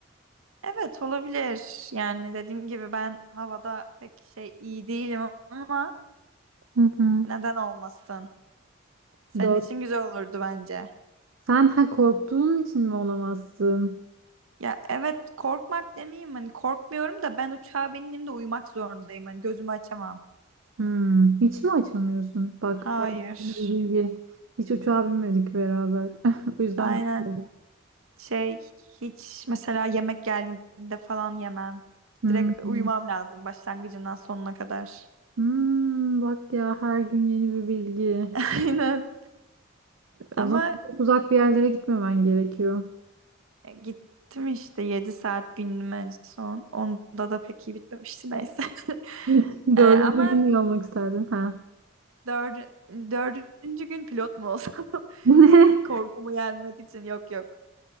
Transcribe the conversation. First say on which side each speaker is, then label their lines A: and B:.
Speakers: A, on the right; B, on the right.
A: evet olabilir. Yani dediğim gibi ben havada pek şey iyi değilim ama
B: Hı hı.
A: Neden olmasın? Senin
B: Dört.
A: için güzel olurdu bence.
B: Sen ha korktuğun için mi olamazsın?
A: Ya evet korkmak demeyeyim hani korkmuyorum da ben uçağa bindiğimde uyumak zorundayım. Hani gözümü açamam.
B: Hmm. Hiç mi açamıyorsun? Bak,
A: Hayır.
B: her gün yeni bir bilgi. Hiç uçağa binmedik beraber. <laughs> O yüzden
A: Aynen
B: bilmiyorum.
A: şey hiç mesela yemek geldiğinde falan yemem.
B: Hmm.
A: Direkt uyumam lazım başlangıcından sonuna kadar.
B: Hmm, bak ya her gün yeni bir bilgi.
A: <laughs> Aynen.
B: O
A: Ama
B: zaman çok uzak bir yerlere gitmemen gerekiyor.
A: e, gittim işte 7 saat bindim en son. Onda da pek iyi bitmemişti neyse. <laughs>
B: <laughs>
A: Ee,
B: Dördüncü
A: ama
B: gün mü almak isterdin? Ha. <laughs>
A: dördü- dördüncü gün pilot mu olsam? <laughs>
B: Ne?
A: Korkumu yenmek için yok yok.